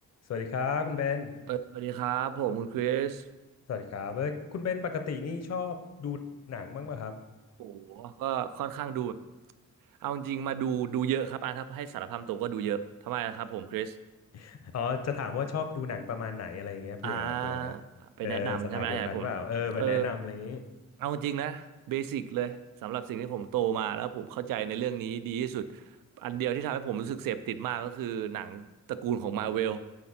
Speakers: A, on the left; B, on the right.
A: สวัสดีครับคุณเบน
B: เออสวัสดีครับผมคุณคริส
A: สวัสดีครับเอ้ยคุณเบนปกตินี่ชอบดูหนังบ้างป่ะครับ
B: โอ้โหก็ค่อนข้างดูแบบเอาจริงๆมาดูดูเยอะครับอ่ะถ้าให้สารภาพตรงก็ดูเยอะทำไมอะครับผมคริส
A: <laughs> อ๋อจะถามว่าชอบดูหนังประมาณไหนอะไรอย่างเงี้ยเผื่อเผื่อ
B: อ่าไปแนะนำใช่ไหมอยากให้ผมเออ
A: เออสไตล์เดียวกันเปล่าเออเผื่อแนะนำอะไรอย่างงี้
B: เอาจริงนะเบสิกเลยสำหรับสิ่งที่ผมโตมาแล้วผมเข้าใจในเรื่องนี้ดีที่สุดอันเดียวที่ทำให้ผมรู้สึกเสพติดมากก็คือหนังตระกูลของมาเวล